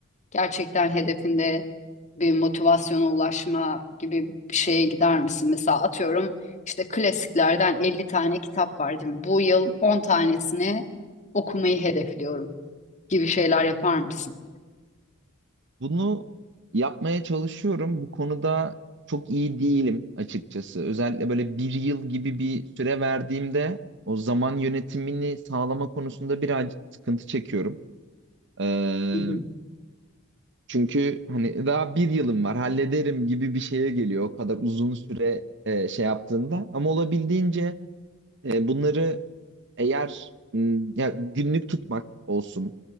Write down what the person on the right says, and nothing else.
Bunu yapmaya çalışıyorum. Bu konuda çok iyi değilim açıkçası. Özellikle böyle bir yıl gibi bir süre verdiğimde o zaman yönetimini sağlama konusunda birazcık sıkıntı çekiyorum. Ee,
çünkü hani daha bir yılım var hallederim gibi bir şeye geliyor o kadar uzun süre e, şey yaptığında. Ama olabildiğince e, bunları eğer m, ya günlük tutmak olsun,